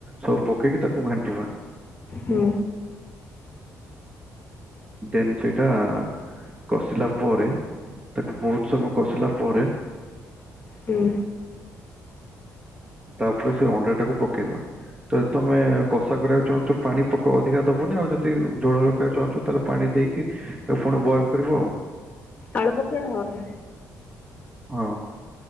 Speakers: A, on the right; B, on the left.
A: ସବୁ ପକେଇକି ତାକୁ ଘାଣ୍ଟିବା।
B: ହୁଁ।
A: ଦେନ୍ ସେଇଟା କସିଲା ପରେ ତାକୁ ବହୁତ ସମୟ କସିଲା ପରେ
B: ହୁଁ।
A: ତାପରେ ସେ ଅଣ୍ଡା ଟାକୁ ପକେଇବା। ତ ତମ୍ ତମେ କଷା କରିବାକୁ ଚାହୁଁଛ ପାଣି ପକ ଅଧିକା ଦବନି। ଆଉ ଯଦି ଝୋଳ ରଖିବାକୁ ଚାହୁଁଛୁ ତାହେଲେ ପାଣି ଦେଇକି ତାକୁ ପୁଣି ବଏଲ୍ କରିବ ଆଉ।
B: ଆଳୁ ପକେଇ ହବନି।
A: ହଁ